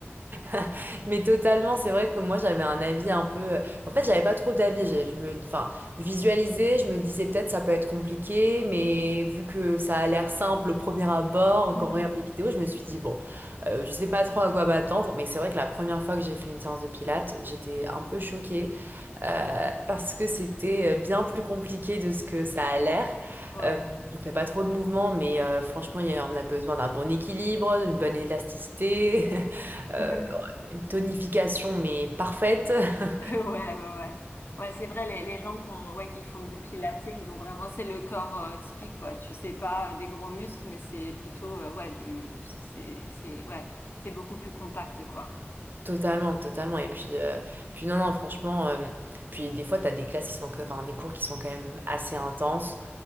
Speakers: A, on the right; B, on the left.
A: <laughs> Mais totalement, c'est vrai que moi j'avais un avis un peu. euh, En fait, j'avais pas trop d'avis. Je, je me, enfin, visualisais, je me disais peut-être ça peut être compliqué, mais vu que ça a l'air simple au premier abord,
B: <laughs>
A: quand on regarde des vidéos, je me suis dit bon, euh, je sais pas trop à quoi m'attendre. Mais c'est vrai que la première fois que j'ai fait une séance de pilates, j'étais un peu choquée euh, parce que c'était euh, bien plus compliqué de ce que ça a l'air.
B: Ouais.
A: Euh, on fait pas trop de mouvements, mais euh, franchement, il y a- on a besoin d'un bon équilibre, d'une bonne élasticité, <laughs>
B: <laughs>
A: euh, ouais, une tonification mais parfaite. <laughs>
B: <laughs> Ouais, ouais, ouais. Ouais, c'est vrai, les, les gens qu'on, ouais, qui font du pilates, ils ont vraiment, c'est le corps euh, typique, quoi. Tu sais pas euh, des gros muscles, mais c'est plutôt, euh, ouais, du, c'est, c'est, c'est- ouais, t'es beaucoup plus compact, quoi.
A: Totalement, totalement. Et puis,
B: Ouais,
A: euh, puis non, non, franchement, euh, puis des fois, tu as des classes qui sont, que- enfin, des cours qui sont quand même assez intenses.